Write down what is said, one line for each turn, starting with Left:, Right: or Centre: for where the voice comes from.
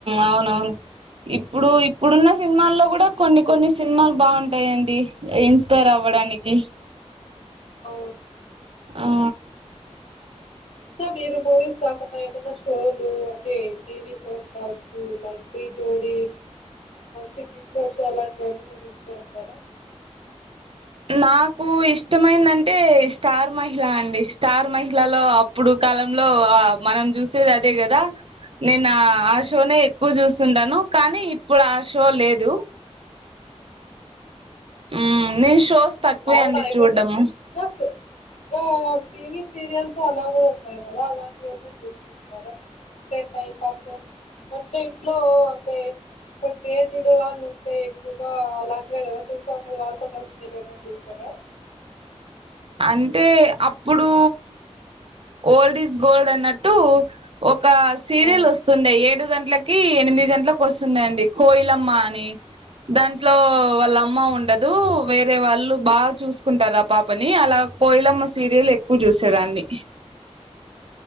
Right: అవునవును ఇప్పుడు ఇప్పుడున్న సినిమాల్లో కూడా కొన్ని కొన్ని సినిమాలు బాగుంటాయండి ఇన్స్పైర్ అవ్వడానికి
Left: ఓ
Right: ఆ
Left: ఇంకా మీరు మూవీస్ కాకుండా ఏమైన్నా షోలు అంటే టీవీ షోస్ కావచ్చు లైక్ టీ జోడీ సింగింగ్ షోస్ అలాంటివి ఏమైనా చూస్తూ ఉంటారా
Right: నాకు ఇష్టమైందంటే స్టార్ మహిళ అండి స్టార్ మహిళలో అప్పుడు కాలంలో మనం చూసేది అదే కదా నేను నా
Left: ఆ
Right: ఆశోనే ఎక్కువ చూస్త చూస్తుంటాంనూ కానీప్పుడు ఇప్పుడు ఆ షో లేదు
Left: అ
Right: హమ్ నేను షోస్ తక్కువే
Left: అవునా
Right: అండి
Left: అయిపోయింది
Right: చూడ్డము
Left: వికాస్ ఓ టీవి సీరియల్స్ ఎలాగా ఉన్నాయి కదా అలాని ఏమీ చూస్త ఉంటారు అంటే టైం పాస్ అంటే ఇంట్లో అంటే కొన్ని ఏజ్డ్ వాళ్ళు ఉంటే ఎక్కువగా అలాంటివే కదా చూస్తా ఉనేది వాళ్ళతో కలిసి మీరు చూసాతారా
Right: అంటే అప్పుడు ఓల్డ్ ఇస్ గోల్డ్ అన్నట్టు ఒక సీరియల్
Left: ఆ
Right: వస్తుండే ఏడు గట్లకి కి ఎనిమిది గంటలలకు వస్తుందిండి కోయిలమ్మ అని దాంట్లో
Left: ఉమ్.
Right: వాళ్ళమ్మ ఉండదు వేరే వాళ్ళు బాగా చూసుకుంటారు ఆ పాపని అలా కోయిలమ్మ సీరియల్ ఎక్కువ చూసేదాన్ని